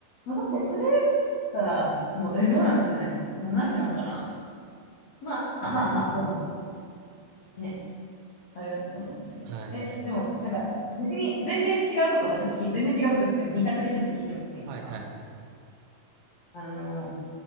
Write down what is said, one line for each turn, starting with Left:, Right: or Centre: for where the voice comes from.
Left: <laughs> それたら、もう、え、どうなんですかね。なしなのかな。まあまあまあ、
Right: う。うん
Left: でも、ね、あれだと思うんですけど。
Right: はい。
Left: え、でも、なんか、逆に全然違うこと、私聞い、全然違うことっていうか、二択でちょっと聞いてもいいですか
Right: はいはい。
Left: あの、